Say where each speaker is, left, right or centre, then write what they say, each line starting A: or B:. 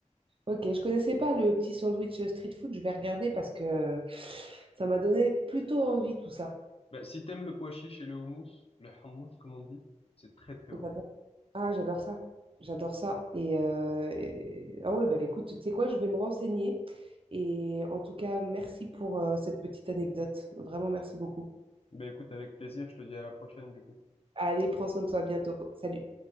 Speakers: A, on the right; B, on the left.
A: Ok, je connaissais pas le petit sandwich euh, street food, je vais regarder parce que ça m'a donné plutôt envie tout ça.
B: Bah, si t'aimes le pois chiche et le houmous, le hummus, comme on dit, c'est très très bon.
A: J'adore- Ah, j'adore ça. J'adore ça. Et, euh, et- ah ouais, bah écoute, tu sais quoi, je vais me renseigner. Et en tout cas, merci pour euh, cette petite anecdote. Vraiment, merci beaucoup.
B: Ben écoute, avec plaisir, je te dis à la prochaine du coup.
A: Allez, prends soin de toi à bientôt. Salut.